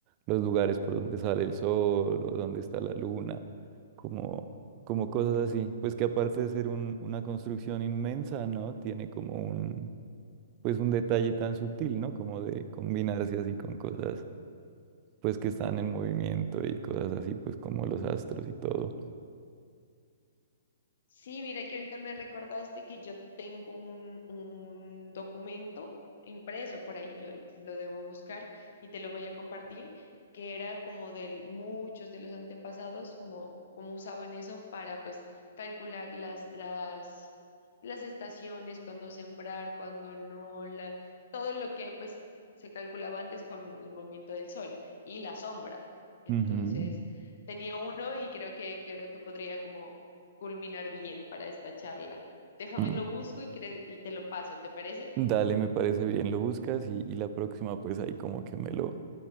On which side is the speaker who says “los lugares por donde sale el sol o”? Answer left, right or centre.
Right